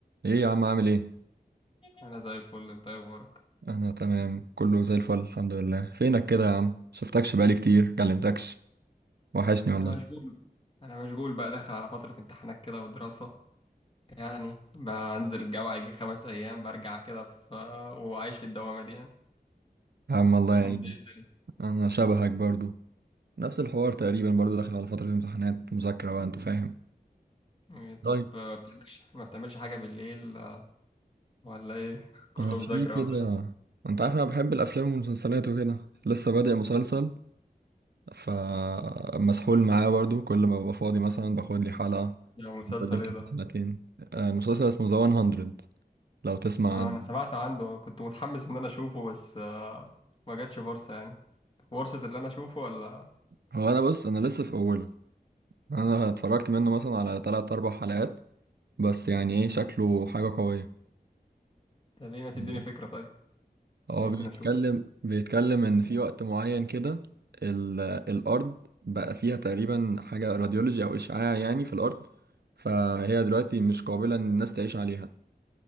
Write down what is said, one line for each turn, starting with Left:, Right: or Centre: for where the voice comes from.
Right: ايه يا عم عامل ايه
Left: انا زي الفل انت إيه اخبارك
Right: انا تمام كله زي الفل الحمد لله فينك كده يا عم شفتكش بقالي كتير كلمتكش وحشني والله
Left: انا مشغول انا مشغول بقى داخل على فترة امتحانات كده ودراسة يعني بنزل الجامعة يجي خمس ايام برجع كده في وعايش في الدوامة دي يعني
Right: يا عم الله يعينك
Left: انت ايه الدنيا
Right: انا شبهك برضو نفس الحوار تقريبا برضو داخل على فترة امتحانات مذاكرة بقى انت فاهم
Left: إيه، طب
Right: طيب
Left: ما بتعملش ما بتعملش حاجة بالليل آه، ولا ايه <laughs> كله
Right: انا في
Left: مذاكرة
Right: كده
Left: ولا ايه
Right: انت عارف انا بحب الافلام والمسلسلات وكده لسه بادئ مسلسل فمسحول معاه برضو كل ما ببقى فاضي مثلا باخد لي حلقة
Left: ده مسلسل
Right: بدلت
Left: ايه ده
Right: حلقتين آه، المسلسل اسمه ذا 100 لو تسمع
Left: اه
Right: عنه
Left: انا سمعت عنه كنت متحمس ان انا اشوفه بس آه، ما جاتش فرصة يعني فرصة اللي انا اشوفه ولا
Right: هو انا بص انا لسه في اوله انا اتفرجت منه مثلا على تلات اربع حلقات بس يعني ايه شكله حاجة قوية
Left: طب ايه ما تديني
Right: آه.
Left: فكرة طيب
Right: هو
Left: ممكن
Right: بيتكلم
Left: اشوفه
Right: بيتكلم ان في وقت معين كده ال- الارض بقى فيها تقريبا حاجة راديولوجي او اشعاع يعني في الارض فهي دلوقتي مش قابلة ان الناس تعيش عليها